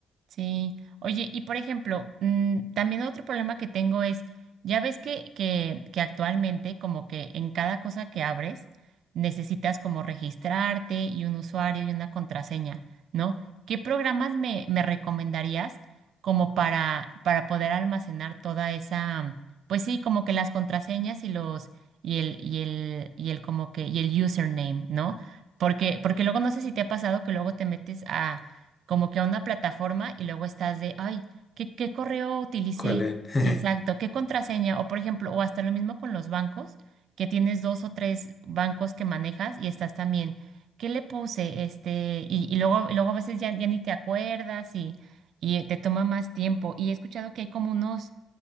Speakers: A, on the right; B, on the left.
A: Sí, oye, y por ejemplo, mm, también otro problema que tengo es, ya ves que, que, que actualmente como que en cada cosa que abres necesitas como registrarte y un usuario y una contraseña, ¿no? ¿Qué programas me, me recomendarías como para, para poder almacenar toda esa, pues sí, como que las contraseñas y los, y el, y el, y el como que, y el username, ¿no? Porque, porque luego no sé si te ha pasado que luego te metes a como que a una plataforma y luego estás de, ay, ¿qué, qué correo utilicé?
B: ¿Cuál es? <laughs>
A: Exacto, ¿qué contraseña? O por ejemplo, o hasta lo mismo con los bancos, que tienes dos o tres bancos que manejas y estás también, ¿qué le puse? Este, y, y luego, y luego a veces ya, ya ni te acuerdas y, y te toma más tiempo. Y he escuchado que hay como unos,